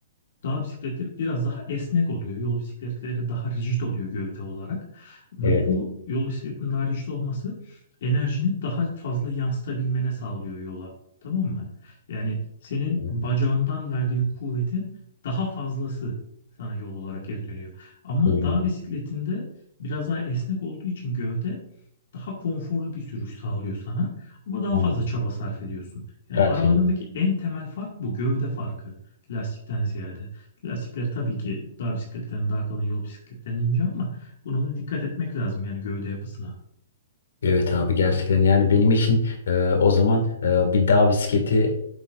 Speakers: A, on the left; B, on the left.
A: Dağ bisikletleri biraz daha esnek oluyor. Yol bisikletleri daha rigid oluyor gövde olarak. Ve
B: Evet.
A: bu yol bisikletinin daha rigid olması enerjini daha fazla yansıtabilmene sağlıyor yola. Tamam mı? Yani senin
B: Evet,
A: bacağından verdiğin kuvvetin daha fazlası sana yol olarak geri dönüyor. Ama
B: Bilmiyorum.
A: dağ bisikletinde biraz daha esnek olduğu için gövde daha konforlu bir sürüş sağlıyor sana ama daha
B: Ha,
A: fazla çaba sarf ediyorsun. Yani
B: tarif
A: aralarındaki
B: edeyim.
A: en temel fark bu gövde farkı lastikten ziyade. Lastikleri tabii ki dağ bisikletlerinin daha kalın yol bisikletlerinin ince ama buna da dikkat etmek lazım yani gövde yapısına.
B: Evet abi gerçekten yani benim için e, o zaman e, bir dağ bisikleti